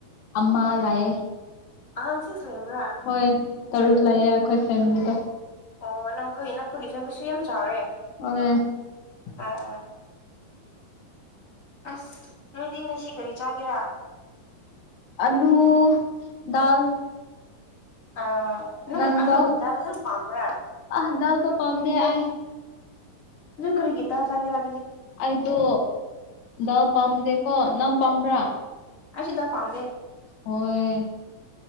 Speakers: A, on the left; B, on the left.
A: ꯑꯃ ꯂꯩꯌꯦ
B: ꯑꯉꯥꯡ ꯁꯤꯛꯁ ꯂꯩꯕ꯭ꯔꯥ
A: ꯍꯣꯏ ꯇꯔꯨꯛ ꯂꯩꯌꯦ ꯑꯩꯈꯣꯏ ꯐꯦꯃꯤꯂꯤꯗꯣ
B: ꯑꯣ ꯅꯈꯣꯏ ꯅꯈꯣꯏꯒꯤ ꯐꯦꯃꯤꯂꯤꯁꯨ ꯌꯥꯝ ꯆꯥꯎꯋꯦ
A: <unintelligible>
B: ꯑꯥꯑꯥ ꯑꯁ ꯔꯦꯗꯤ ꯉꯁꯤ ꯀꯔꯤ ꯆꯥꯒꯦꯔꯥ
A: ꯑꯂꯨ ꯗꯥꯜ
B: ꯑꯥ ꯅꯪ
A: ꯅꯟꯗꯣ
B: ꯑꯂꯨ ꯙꯥꯜ ꯒꯨꯝꯕ ꯌꯥꯝ ꯄꯥꯝꯕꯔ
A: ꯑꯥ ꯗꯥꯜꯗꯣ ꯄꯥꯝꯗꯦ ꯑꯩ
B: ꯑꯗꯨ ꯀꯔꯤꯒꯤ ꯇ ꯆꯥꯒꯦꯔ
A: ꯑꯩꯗꯣ ꯗꯥꯜ ꯄꯥꯝꯗꯦꯀꯣ ꯅꯪ ꯄꯥꯝꯕ꯭ꯔꯥ
B: ꯑꯩꯁꯨ ꯗꯥꯜ ꯄꯥꯝꯗꯦ
A: ꯑꯣꯏ